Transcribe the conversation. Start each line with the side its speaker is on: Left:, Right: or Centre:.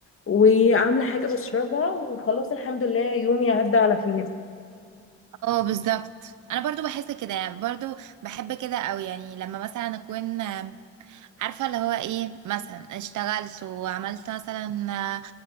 Left: وعامله حاجه بشربها وخلاص الحمد لله يومي عدى على خير
Right: اه بالظبط انا برضو بحس كده يعني برضو بحب كده او يعني لما مثلا اكون آم، عارفه اللي هو ايه مثلا اشتغلت وعملت مثلا آه،